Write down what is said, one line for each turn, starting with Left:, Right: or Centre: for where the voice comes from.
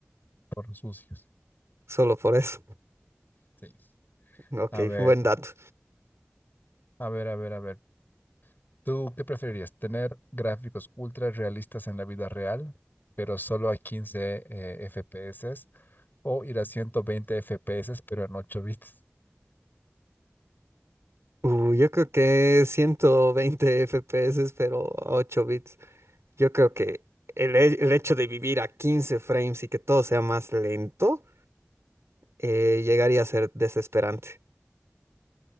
Left: por sucios.
Right: Solo por eso.
Left: Sí.
Right: Ok,
Left: A ver,
Right: buen dato.
Left: a ver, a ver, a ver. ¿Tú qué preferirías? ¿Tener gráficos ultra realistas en la vida real, pero solo a 15 eh, FPS? ¿O ir a 120 FPS, pero en 8 bits?
Right: Uh, yo creo que 120 FPS, pero a 8 bits. Yo creo que el, he- el hecho de vivir a 15 frames y que todo sea más lento eh, llegaría a ser desesperante.